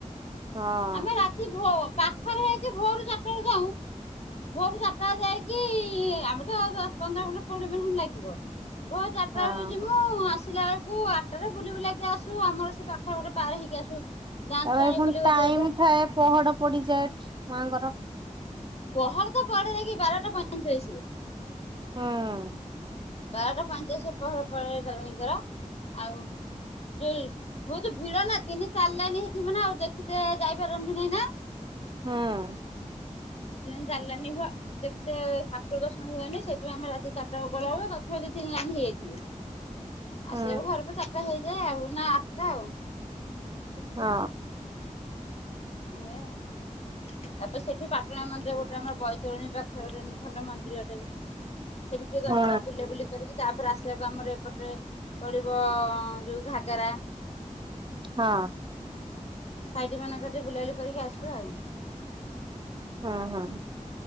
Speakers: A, on the right (about 35°); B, on the left (about 55°).
A: ହଁ
B: ଆମେ କି ଭୋ- ପାଖରେ ହେଇକି ଭୋରୁ ଚାଟାବେଳେ ଯାଉଁ, ଭୋ <unintelligible> ଚାଟା ରେ ଯାଇକି ଆମେ ତ ଦଶ ପନ୍ଦର ମିନିଟ୍ କୋଡିଏ ମିନିଟ୍ ଖଣ୍ଡେ ଲାଗିବ। ଭୋରୁ ଚାଟାବେଳେ
A: ହଁ
B: ଯିମୁ ମୁଁ ଆସିଲା ବେଳକୁ ଆଟାରେ ବୁଲିବୁଲା କି ଆସୁ, ଆମର ସେ ପାଖ ଘରେ ପାର ହେଇକି ଆସୁ। ଦାନ୍ତୁଆଣୀ
A: ତାପରେ ପୁଣି
B: ବୋଲି ଗୋଟେ
A: ଟାଇମ
B: ଜାଗାଟା
A: ଥାଏ ପହଡ ପଡିଯାଏ ମାଙ୍କର।
B: ପହଡ ତ ପଡେ ଯାଇକି ବାରଟା ପଇଁଚାଳିଶ ରେ।
A: ହଁ।
B: ବାରଟା ପାଞ୍ଚ ସେ ପହର ପକେଇ ଦେଲେଣିକର ଆଉ <unintelligible> ବହୁତୁ ଭିଡ ନା ତିନି ଚାର ଲାଇନ୍ ହେଇଥିବ ନା ଆଉ ଦେଖିତେ ଯାଇପାରନ୍ତି ନାଇଁ ନା।
A: ହଁ।
B: ଟ୍ରେନ୍ ଚାଲଲାନି ପା, ଦେଖ ତ ଠାକୁର ଦର୍ଶନ ହୁଏନି ସେଥିପାଇଁ ଆମେ ରାତି ଚାଟାବେଳେ ଗଲାବେଳେ ରଥରେ ତିନି ଲାଇନ୍ ହେଇଯାଇଥିବେ।
A: ହଁ
B: ଆସିଲାବେଳେ ଘରକୁ ଚାଟା ହେଇଯାଏ ଆଉ ନା ଆଠଟା ଆଉ।
A: ହଁ।
B: ଆଇଅ ତାପରେ ସେଇଠୁ ପାଟଣା ମନ୍ଦିର ଗୋଟେ ଆମର ବୈତରଣୀ ପାଖରେ ଗୋଟେ <unintelligible> ଭଲ ମନ୍ଦିର ଟେ। ସେଠି ଟିକେ ଦର୍ଶନ
A: ହୁଁ
B: ବୁଲା ବୁଲି କରିକି ତାପରେ ଆସିଲାକୁ ଆମର ଏପଟ ରେ ପଡିବ ଯୋଉ ଘାଗରା
A: ହଁ।
B: ସାଇଟି ମାନଙ୍କରେ ଟିକେ ବୁଲାବୁଲି କରିକି ଆସୁ ଆଉ।
A: ହଁ, ହଁ।